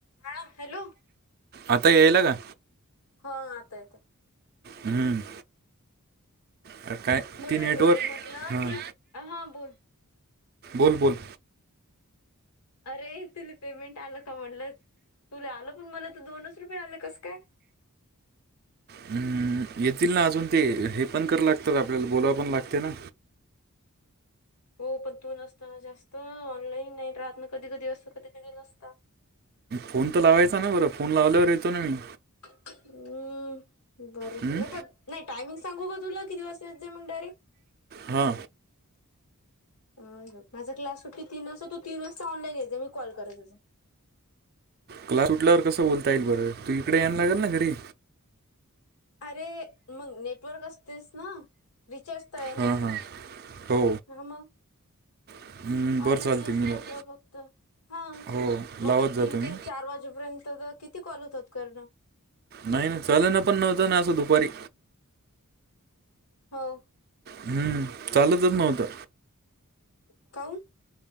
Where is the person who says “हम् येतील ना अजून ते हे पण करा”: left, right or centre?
Right